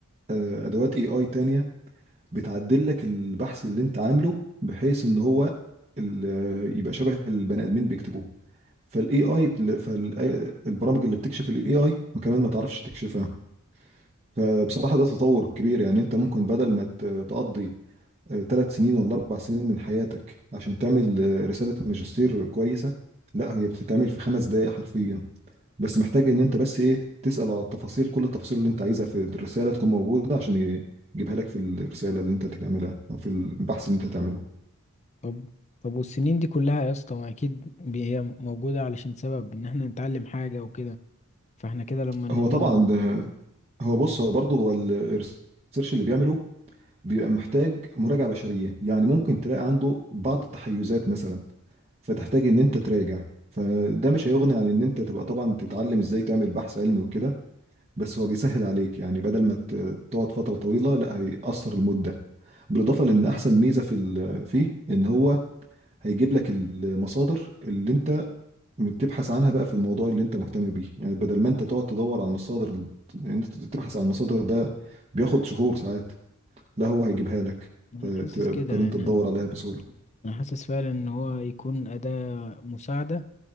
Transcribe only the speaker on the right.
آه، ادوات اي اي تانية بتعدل لك البحث اللي انت عامله بحيث ان هو ال- يبقى شبه البني ادمين بيكتبوه فالاي اي فالبرامج اللي بتكشف الاي اي كمان ما تعرفش تكشفها فبصراحة ده تطور كبير يعني انت ممكن بدل ما ت- تقضي ثلاث سنين ولا اربع سنين من حياتك عشان تعمل آه، رسالة ماجستير كويسة لا هي بتتعمل في خمس دقايق حرفيا بس محتاج ان انت بس ايه تسأل على التفاصيل كل التفاصيل اللي انت عايزها في الرسالة تكون موجودة عشان ي- يجيبها لك في الرسالة اللي انت تعملها او في البحث اللي انت تعمله
هو طبعا ده- هو بص هو برضه هو ال- الريسيرش اللي بيعمله بيبقى محتاج مراجعة بشرية يعني ممكن تلاقي عنده بعض التحيزات مثلا فتحتاج ان انت تراجع فده مش هيغني عن ان انت تبقى طبعا تتعلم ازاي تعمل بحث علمي وكده بس هو بيسهل عليك يعني بدل ما ت- تقعد فترة طويلة لا هيقصر المدة بالاضافه لان احسن ميزه في ال- فيه ان هو هيجيب لك المصادر اللي انت بتبحث عنها بقى في الموضوع اللي انت مهتم بيه يعني بدل ما انت تقعد تدور على المصادر ال- ان انت تبحث عن المصادر ده بياخد شهور ساعات لا هو هيجيبها لك
فتقدر
انت تدور عليها بسهوله